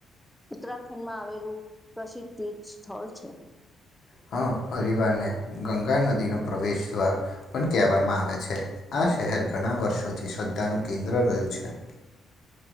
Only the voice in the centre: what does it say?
ઉત્તરાખંડમાં આવેલું પ્રસિદ્ધ તીર્થ સ્થળ છે.